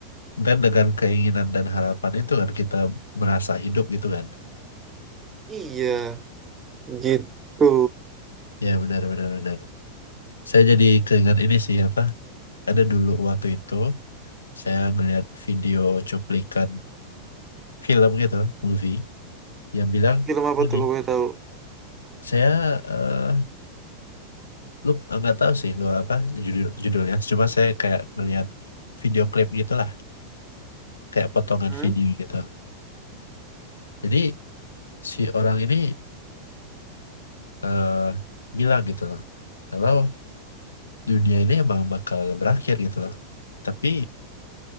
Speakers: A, on the left (about 75°); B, on the right (about 20°).
A: Dan dengan keinginan dan harapan itu kan kita merasa hidup gitu kan.
B: iya gitu
A: Ya, benar, benar, benar. Saya jadi keingat ini sih apa? Ada dulu waktu itu saya melihat video cuplikan film gitu, movie yang bilang
B: film apa
A: ini
B: tuh kalau boleh tahu
A: saya eh, lu eh, nggak tahu sih lu apa judul judulnya, cuma saya kayak ngeliat video klip gitulah, kayak potongan
B: hmm?
A: video gitu. Jadi si orang ini eh, bilang gitu loh, kalau dunia ini emang bakal berakhir gitu loh. Tapi